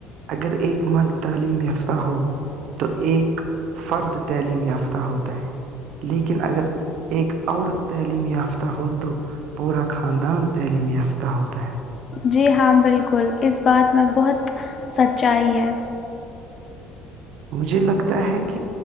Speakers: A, on the right; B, on the left.
A: اگر ایک مرد تعلیم یافتہ ہو تو ایک فرد تعلیم یافتہ ہوتا ہے لیکن اگر ایک عورت تعلیم یافتہ ہو تو پورا خاندان تعلیم یافتہ ہوتا ہے
B: جی ہاں بالکل اس بات میں بہت سچائی ہے
A: مجھے لگتا ہے کہ